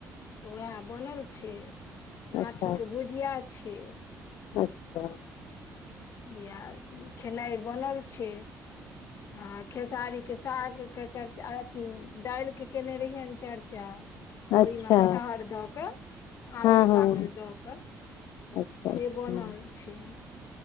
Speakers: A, on the left; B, on the left.
A: तऽ उएह बनल छै
B: अच्छा
A: आठी के भुजिया छै
B: अच्छा।
A: इहा खेनाइ बनल छै। आ खेसारी के साग के चर्चा अथि दालि के केने रहिये नचर्चा ओहिमे
B: अच्छा
A: कटहर दक आमिल
B: हँ हँ
A: तामिल दऽ कऽ
B: अच्छा
A: से
B: अच्छा
A: बनल छै।